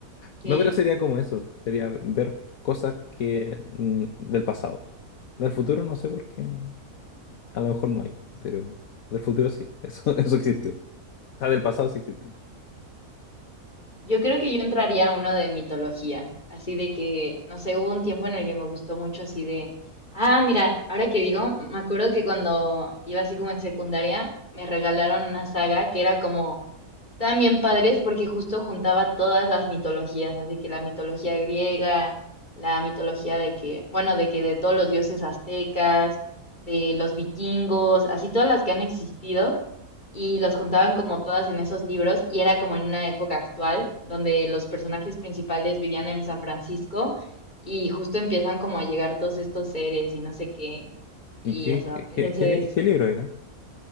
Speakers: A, on the left; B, on the left.
A: Sí,
B: No, pero sería como eso. Sería ver cosas que mm, del pasado. Del futuro no sé por qué. A lo mejor no hay, pero del futuro sí. Eso, <laughs> eso existió. O sea, del pasado sí existe.
A: yo creo que yo entraría a uno de mitología, así de que, no sé, hubo un tiempo en el que me gustó mucho así de, ah, mira, ahora que digo, me acuerdo que cuando iba así como en secundaria, me regalaron una saga que era como Estaban bien padres porque justo juntaba todas las mitologías, así que la mitología griega, la mitología de que, bueno, de que de todos los dioses aztecas, de los vikingos, así todas las que han existido, y los juntaban como todas en esos libros, y era como en una época actual, donde los personajes principales vivían en San Francisco, y justo empiezan como a llegar todos estos seres y no sé qué, y
B: ¿Y qué,
A: eso.
B: qué,
A: Entonces,
B: qué, li- qué libro era?